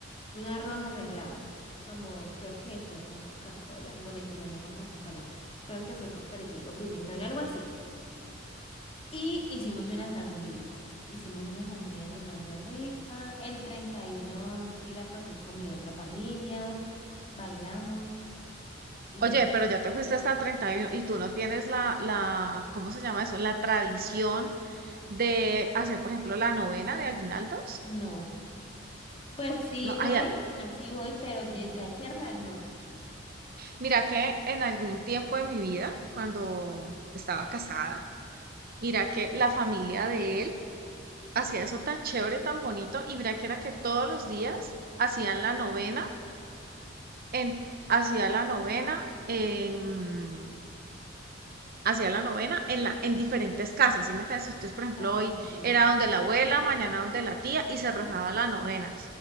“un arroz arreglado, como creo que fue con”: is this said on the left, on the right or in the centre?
Left